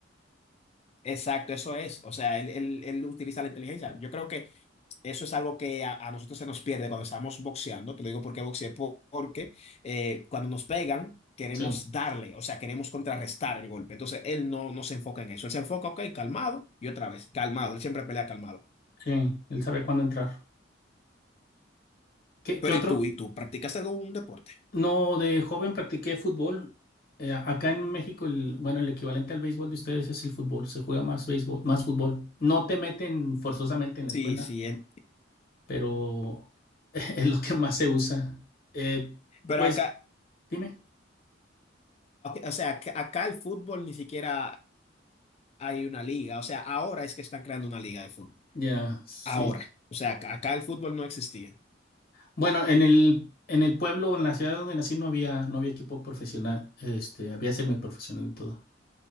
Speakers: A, on the left; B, on the left.
A: exacto, eso es. O sea, él, él, él utiliza la inteligencia. Yo creo que eso es algo que a, a nosotros se nos pierde cuando estamos boxeando. Te lo digo porque boxeé, po- porque eh, cuando nos pegan, queremos
B: Sí,
A: darle, o sea, queremos contrarrestar el golpe. Entonces, él no, no se enfoca en eso. Él se enfoca, ok, calmado, y otra vez, calmado. Él siempre pelea calmado.
B: sí. Él sabe cuándo entrar. ¿Qué,
A: Pero
B: qué otro,
A: ¿y tú? ¿Y tú? ¿Practicas algún deporte?
B: No, de joven practiqué fútbol. Eh, acá en México, el, bueno, el equivalente al béisbol de ustedes es el fútbol. Se juega más béisbol, más fútbol. No te meten forzosamente en la
A: Sí,
B: escuela,
A: sí. eh.
B: pero <laughs> es lo que más se usa. Eh,
A: Pero
B: pues,
A: acá,
B: dime.
A: o sea, acá acá el fútbol ni siquiera hay una liga. O sea, ahora es que están creando una liga de fútbol.
B: Ya, sí.
A: Ahora. O sea, acá acá el fútbol no existía.
B: Bueno, en el, en el pueblo, en la ciudad donde nací, no había, no había equipo profesional. Este, había semiprofesional y todo.